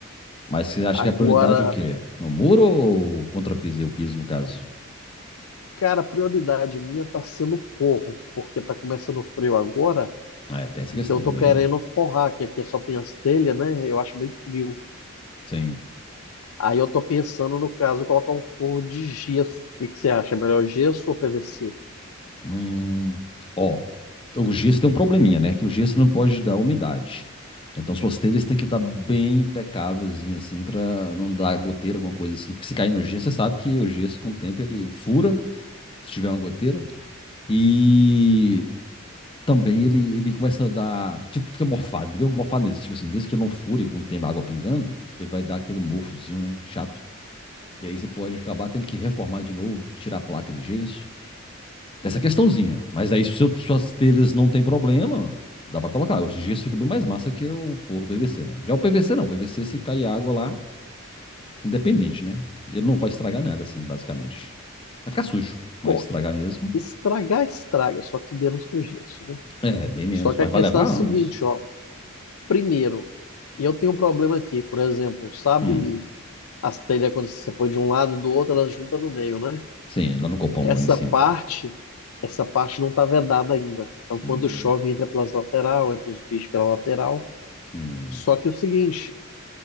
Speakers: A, on the left; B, on the left.
A: Mas você acha
B: Agora.
A: que a prioridade é o quê? O muro ou o contrapiso? O piso, no caso?
B: Cara, a prioridade minha tá sendo forro, porque tá começando o frio agora,
A: Ah, É, tem essa
B: então
A: questão
B: eu tô
A: também,
B: querendo
A: né?
B: forrar, que aqui é só tem as telhas, né? Eu acho bem frio.
A: Sim.
B: Aí eu tô pensando, no caso, colocar um forro de gesso. O que que você acha? Melhor gesso ou PVC?
A: Hum. Ó, O gesso tem um probleminha, né? Que o gesso não pode dar umidade. Então suas telhas têm que estar bem impecávelzinho assim para não dar goteira, alguma coisa assim. Porque se cair no gesso, você sabe que o gesso com o tempo ele fura, se tiver uma goteira. E também ele, ele começa a dar, tipo, fica morfado, entendeu? Morfado nesse, tipo assim, mesmo que ele não fure com o tempo a água pingando, ele vai dar aquele morfozinho, né? Chato. E aí você pode acabar tendo que reformar de novo, tirar a placa de gesso dessa questãozinha. Mas aí, se seu- suas telhas não tem problema, dá pra colocar. O gesso fica bem mais massa que o forro PVC, né? Já o PVC não. O PVC, se cair água lá, independente, né? Ele não vai estragar nada, assim, basicamente. Vai ficar sujo. Vai
B: Bom,
A: estragar mesmo.
B: estragar, estraga, só que menos que o gesso, né?
A: É, bem menos.
B: Só que
A: Mas
B: a questão
A: vai levar
B: é a seguinte,
A: anos.
B: ó. Primeiro, eu tenho um problema aqui, por exemplo, sabe
A: Hum,
B: as telhas quando você põe de um lado do outro, elas juntam no meio, né?
A: sim, lá no copão,
B: Essa
A: lá em cima.
B: parte, essa parte não está vedada ainda. Então, quando
A: Hum,
B: chove, entra pelas lateral, entra os bichos pela lateral.
A: hum,
B: Só que é o seguinte,